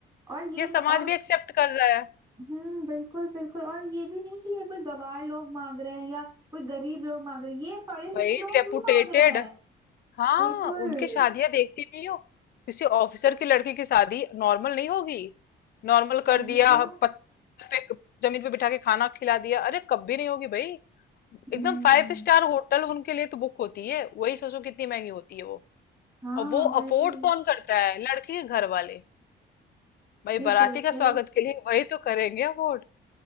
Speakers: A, on the right (about 20°); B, on the left (about 50°).
A: और ये
B: ये
A: ब-
B: समाज
A: और
B: भी एक्सेप्ट कर रहा है
A: हम्म बिल्कुल बिल्कुल और ये भी नहीं कि ये कोई गवार लोग मांग रहे हैं या कोई गरीब लोग मांग रहे हैं ये पढ़े लिखे
B: भाई
A: लोग
B: रेपुटेटेड
A: भी मांग रहे हैं
B: हाँ
A: बिल्कुल
B: उनकी शादियां देखती नहीं हो किसी ऑफिसर की लड़की की शादी नॉर्मल नहीं होगी नॉर्मल कर
A: वही
B: दिया
A: तो
B: पत्थर पे जमीन पे बिठा के खाना खिला दिया अरे कभी नहीं होगी भाई एकदम
A: हम्म
B: फाइव स्टार होटल उनके लिए तो बुक होती है वही सोचो कितनी महंगी होती है वो
A: हाँ
B: और वो
A: वही
B: अफोर्ड कौन करता है लड़की के घर वाले भाई
A: ये
B: बाराती
A: बिल्कुल
B: का स्वागत के लिए वही तो करेंगे अफोर्ड